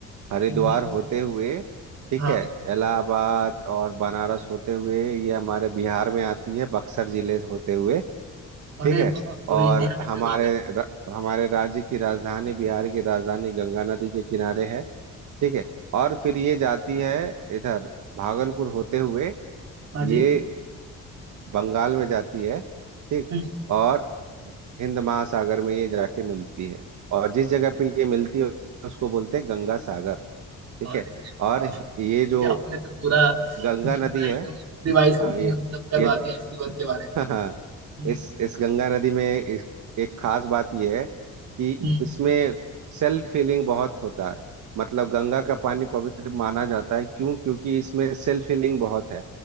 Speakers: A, on the right; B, on the right.
A: हरिद्वार
B: दिल्ली से
A: होते हुए ठीक
B: हाँ
A: है इलाहाबाद और बनारस होते हुए ये हमारे बिहार में आती है बक्सर जिले से होते हुए ठीक
B: अरे
A: है
B: वाह पूरे
A: और
B: इंडिया में
A: हमारे
B: ट्रेवल कर
A: र, हमारे राज्य की राजधानी बिहार की राजधानी गंगा नदी के किनारे है ठीक है और फिर ये जाती है इधर भागलपुर होते हुए
B: हाँ
A: ये
B: जी
A: बंगाल में जाती है ठीक
B: हम्म,
A: और हिंद महासागर में ये जाके मिलती है और जिस जगह पे ये मिलती है उसको बोलते हैं गंगा सागर ठीक
B: अरे
A: है और
B: वाह
A: ये
B: ये
A: जो
B: आपने तो पूरा
A: गंगा
B: पूरा
A: नदी
B: एकदम
A: है
B: रिवाइज
A: हाँ
B: मतलब
A: ये
B: करवा
A: ये
B: दिया इस रिवर के बारे
A: <laughs>
B: में
A: हाँ
B: हम्म,
A: इस इस गंगा नदी में इस, एक खास बात यह है कि
B: हम्म,
A: इसमें सेल्फ हीलिंग बहुत होता है मतलब गंगा का पानी पवित्र माना जाता है क्यों क्योंकि इसमें सेल्फ हीलिंग बहुत है